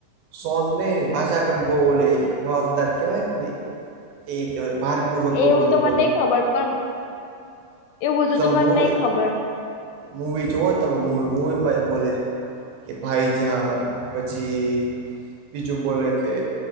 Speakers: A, on the right (about 80°); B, on the left (about 80°).
A: સોંગ નહીને ભાષા પણ બોલે લોવાબદાર કેવાય. કે ને એ તો, ભાર પૂર્વક બહુ
B: એવું
A: બધુ
B: તો મને
A: બોલે.
B: નઈ ખબર પણ. એવું બધું
A: સવ
B: તો મને
A: મુવી,
B: નઈ ખબર
A: મૂવી જોઓ, ને તમે મવી મૂવીમાં બોલે. કે ભાઈ જાન પછી બીજું બોલે કે.